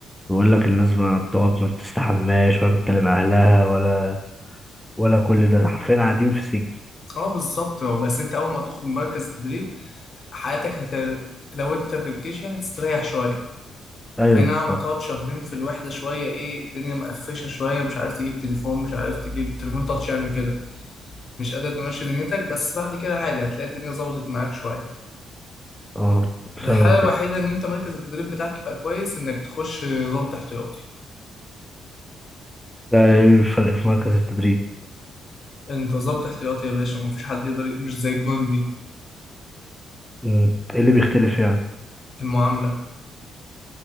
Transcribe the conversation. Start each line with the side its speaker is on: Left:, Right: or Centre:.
Centre: بيقول لك الناس ما بتقعد ما بتستحماش ولا بتكلم أهلها ولا ولا كل ده حرفيا قاعدين في سجن
Left: اه بالظبط هو بس انت اول ما تخرج من مركز التدريب حياتك هت... لو انت في الجيش يعني هتستريح شويه
Centre: ايوه
Left: اي نعم
Centre: بالظبط
Left: هتقعد شهرين في الوحدة شوية ايه الدنيا مقفشة شوية مش عارف تجيب تليفون مش عارف تجيب تليفون تاتش يعني وكده مش قادر تمشي دنيتك بس بعد كده عادي هتلاقي الدنيا ظبطت معاك شوية
Centre: اه فاهم
Left: الحالة
Centre: كده
Left: الوحيدة ان انت مركز التدريب بتاعك يبقى كويس انك تخش ضابط احتياطي
Centre: ده ايه الفرق في مركز التدريب
Left: انت ضابط احتياطي يا باشا مفيش حد يقدر مش زي الجندي
Centre: مم. ايه اللي بيختلف يعني
Left: المعاملة